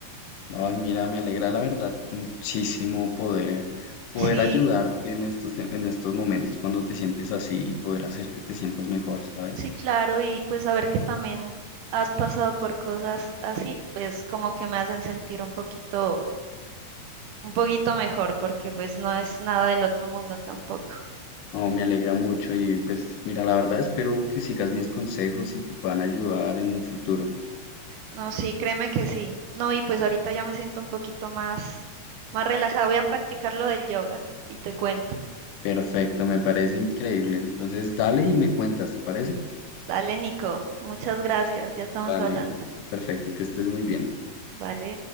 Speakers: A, on the left; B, on the right.
A: Ay, mira, me alegra la verdad muchísimo poder, poder
B: Sí,
A: ayudarte en estos, te- en estos momentos cuando te sientes así y poder hacer que te sientas mejor, ¿sabes?
B: sí, claro, y pues saber que también has pasado por cosas así, pues como que me hacen sentir un poquito, un poquito mejor, porque pues no es nada del otro mundo tampoco.
A: No, me alegra mucho y pues mira, la verdad espero que sigas mis consejos y te puedan ayudar en un futuro.
B: No, sí, créeme que sí. No, y pues ahorita ya me siento un poquito más, más relajada. Voy a practicar lo del yoga y te cuento.
A: Perfecto, me parece increíble. Entonces, dale y me cuentas, ¿te parece?
B: Dale, Nico. Muchas gracias. Ya estamos
A: Vale,
B: hablando.
A: perfecto, que estés muy bien.
B: Vale.